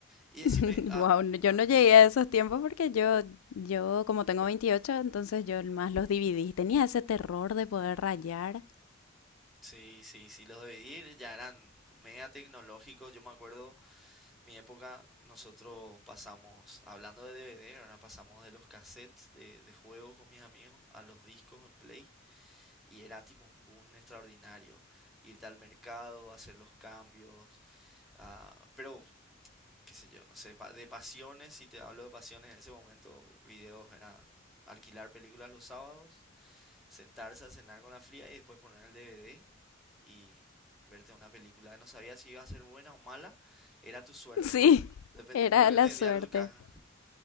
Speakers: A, in the centre; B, on the left (about 85°).
A: Y decime,
B: <laughs>
A: ah,
B: Wow, yo no llegué a esos tiempos porque yo, yo como tengo 28, entonces yo más los dividí. Tenía ese terror de poder rayar. <laughs>
A: sí, sí, sí, los DVDs ya eran mega tecnológicos. Yo me acuerdo, mi época, nosotros pasamos, hablando de DVD, ahora pasamos de los cassettes de, de juegos con mis amigos a los discos en Play. Y era tipo un boom extraordinario. Irte al mercado, hacer los cambios. ah, pero qué sé yo, no sé, pa- de pasiones, si te hablo de pasiones en ese momento, videos eran alquilar películas los sábados, sentarse a cenar con la fría y después poner el DVD y verte una película. No sabía si iba a ser buena o mala, era tu suerte
B: Sí,
A: más o menos. Dependiendo
B: era
A: de lo que
B: la
A: te vendía
B: suerte.
A: tu caja,